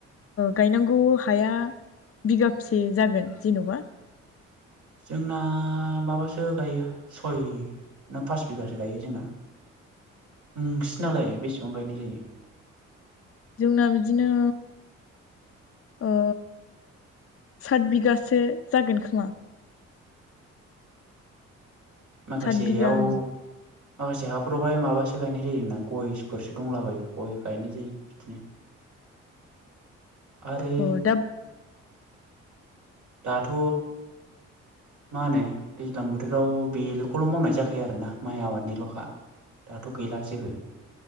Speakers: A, on the left; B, on the right.
A: गायनांगौ हाया बिगाबसे जागोन जेन'बा
B: जोंना माबासो गायो सय ना पास बिगासो गायो जोंना नोंसानालाय बेसेबां गायनाय जायो
A: जोंना बिदिनो ओ सात बिगासो जागोन खोमा
B: माखासेयाव
A: सात बिगा ओं
B: माखासे हाफ्रावहाय माबासो गायनाय जायोना गयफोरसो दंलाबायो गय गायनाय जायो बिदिनो आरो
A: औ दा
B: दाथ' मा होनो दैज्लां बोथोराव बेल'खौल' मावनाय जाखायो आरोना माइ आबादनिल'खा दाथ' गैला जेबो